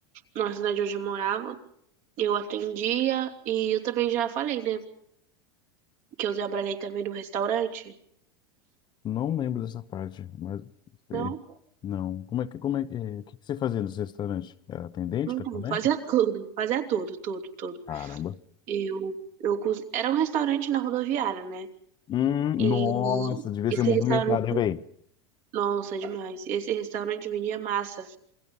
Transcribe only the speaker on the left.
<laughs> Não lembro dessa parte, mas
é, não. Como é que como é que é, o que que você fazia nesse restaurante? Era atendente,
garçomete?
Caramba.
Hum,
nossa, devia
ser movimentado,
hein, velho?